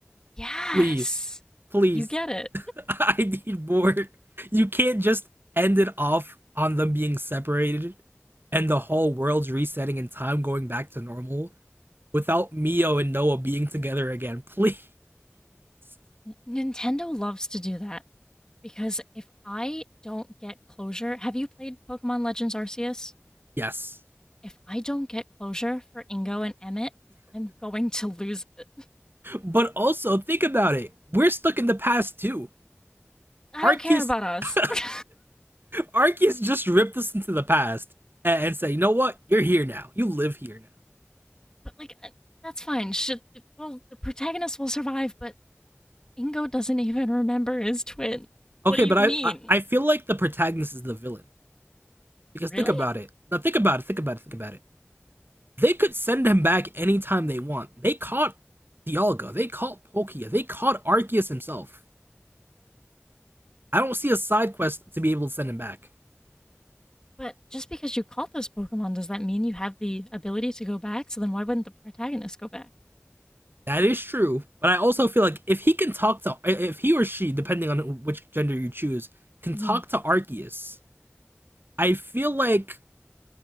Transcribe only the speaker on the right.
Please, please,
<laughs> I need more. You can't just end it off on them being separated and the whole world's resetting and time going back to normal without Mio and Noah being together again. Please. <laughs>
Yes.
But also, think about it. We're stuck in the past too.
Arceus.
<laughs>
Arceus just ripped us into the past and, and said, you know what? You're here now. You live here now.
Okay,
but I,
I, I feel like the protagonist is the villain. Because
think about it. Now think about it. Think about it. Think about it. They could send him back anytime they want. They caught Dialga. They caught Palkia. They caught Arceus himself. I don't see a side quest to be able to send him back.
That is true, but I also feel like if he can talk to, if he or she, depending on which gender you choose, can
talk to Arceus, I feel like